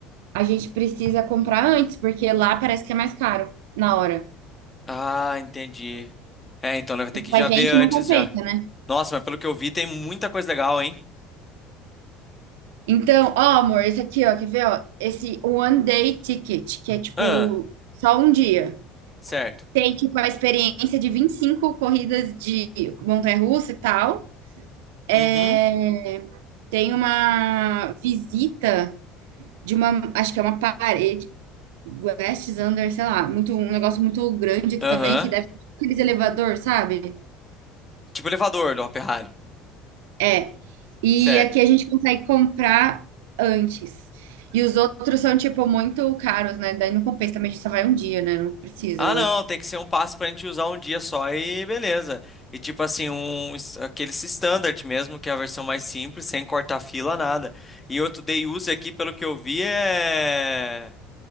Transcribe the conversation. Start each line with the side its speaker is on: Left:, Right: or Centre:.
Right: a gente precisa comprar antes, porque lá parece que é mais caro na hora.
Left: Ah, entendi. É, então né, vai ter que
Right: Pra
Left: já
Right: gente
Left: ver antes
Right: não compensa,
Left: já.
Right: né?
Left: Nossa, mas pelo que eu vi, tem muita coisa legal, hein?
Right: Então, ó, amor, esse aqui, ó, quer ver, ó? Esse One Day Ticket, que é tipo
Left: Ah,
Right: só um dia.
Left: certo.
Right: Tem, tipo, a experiência de 25 corridas de montanha-russa e tal. É,
Left: Uhum,
Right: tem uma visita de uma, acho que é uma parede, West Under, sei lá, muito, um negócio muito grande aqui
Left: aham.
Right: também, que deve ter aqueles elevador, sabe?
Left: Tipo elevador do Hopi Hari.
Right: É. E
Left: Certo.
Right: aqui a gente consegue comprar antes. E os outros são, tipo, muito caros, né? Daí não compensa também, a gente só vai um dia, né? Não precisa,
Left: Ah,
Right: eu acho.
Left: não, tem que ser um passe pra gente usar um dia só e beleza. E tipo assim, um, es- aquele standard mesmo, que é a versão mais simples, sem cortar fila, nada. E outro day use aqui, pelo que eu vi, é,